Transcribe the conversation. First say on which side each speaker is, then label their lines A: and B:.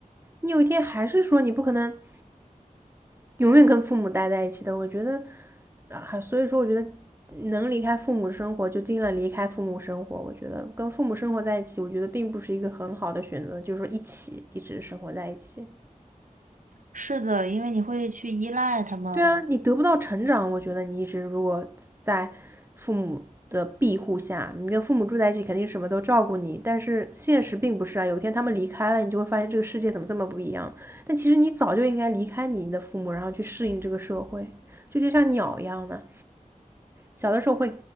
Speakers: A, on the right; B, on the right.
A: 你有一天还是说你不可能永远跟父母待在一起的。我觉得，啊，所以说我觉得能离开父母生活就尽量离开父母生活。我觉得跟父母生活在一起，我觉得并不是一个很好的选择，就是说一起一直生活在一起。
B: 是的，因为你会去依赖他们。
A: 对啊，你得不到成长，我觉得你一直如果在父母的庇护下，你跟父母住在一起，肯定什么都照顾你。但是现实并不是啊，有一天他们离开了，你就会发现这个世界怎么这么不一样。但其实你早就应该离开你的父母，然后去适应这个社会，这就像鸟一样的。小的时候会，